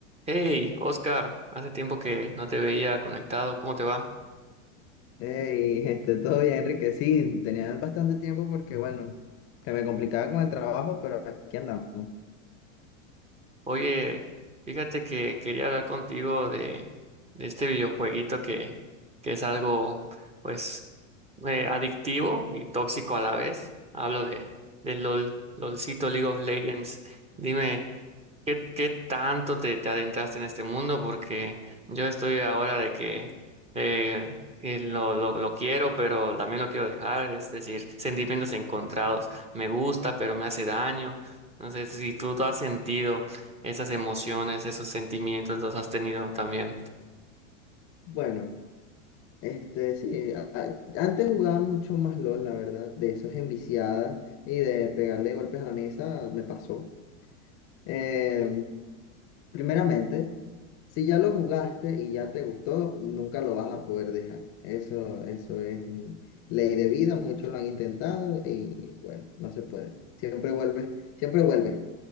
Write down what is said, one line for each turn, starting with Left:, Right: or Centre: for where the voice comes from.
Right: Hey, Oscar, hace tiempo que no te veía conectado, ¿cómo te va?
Left: Hey, este, todo bien, Enrique. Sí, tenía bastante tiempo porque, bueno, que me complicaba con el trabajo, pero aquí andamos.
Right: Oye, fíjate que quería hablar contigo de, de este videojueguito que, que es algo, pues, eh, adictivo y tóxico a la vez. Hablo de, de LOL, LOLcito League of Legends. Dime, ¿Qué, qué tanto te, te adentraste en este mundo? Porque yo estoy ahora de que eh, eh, lo, lo, lo quiero, pero también lo quiero dejar, es decir, sentimientos encontrados. Me gusta, pero me hace daño. No sé si tú, tú has sentido esas emociones, esos sentimientos, los has tenido también.
Left: Bueno, este, sí, a- a- antes jugaba mucho más LOL, la verdad, de esos enviciadas y de pegarle golpes a la mesa, me pasó. Eh, primeramente, si ya lo jugaste y ya te gustó, nunca lo vas a poder dejar. Eso, eso es mm, ley de vida, muchos lo han intentado y, bueno, no se puede. Siempre vuelves, siempre vuelves.